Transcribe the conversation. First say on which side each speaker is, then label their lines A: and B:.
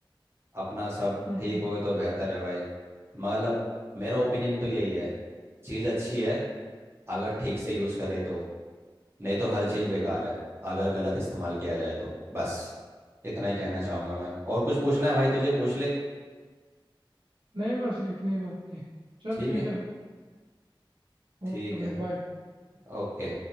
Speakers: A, on the right; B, on the right.
A: अपना सब
B: हम्म
A: ठीक होए तो बेहतर है भाई मतलब मेरा ओपिनियन तो यही है चीज़ अच्छी है अगर ठीक से यूज़ करे तो नहीं तो हर चीज़ बेकार है अगर गलत इस्तेमाल किया जाए तो बस इतना ही कहना चाहूँगा मैं और कुछ पूछना है भाई तुझे पूछ ले
B: नहीं बस इतनी बात थी चल
A: ठीक
B: ठीक
A: है
B: है
A: ठीक
B: ओके
A: है
B: भाई बाय
A: ओके